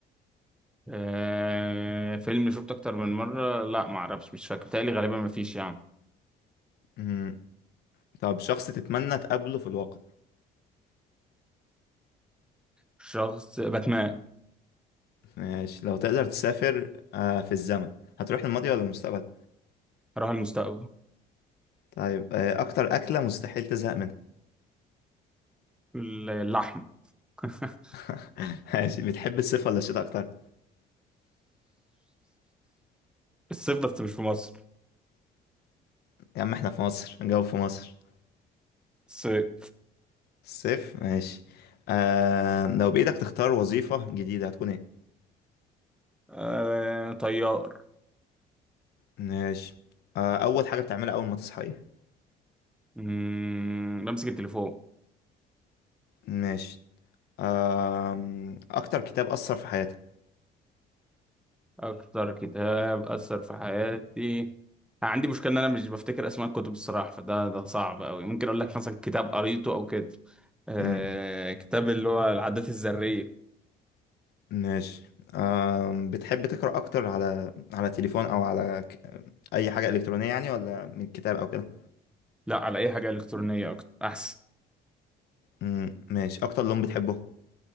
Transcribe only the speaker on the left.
مم. طب شخص تتمنى تقابله في الواقع
ماشي لو تقدر تسافر آه، في الزمن هتروح للماضي ولا المستقبل؟
طيب آه، أكتر أكلة مستحيل تزهق منها
<laughs> ماشي بتحب الصيف ولا الشتاء أكتر؟
يا عم احنا في مصر نجاوب في مصر
الصيف ماشي آه لو بإيدك تختار وظيفة جديدة هتكون ايه؟
ماشي آه أول حاجة بتعملها أول ما تصحى ايه؟
ماشي أم، أكتر كتاب أثر في حياتك
مم.
ماشي أم، بتحب تقرأ أكتر على على تليفون أو على ك... أي حاجة إلكترونية يعني ولا من كتاب أو كده
مم. ماشي أكتر لون بتحبه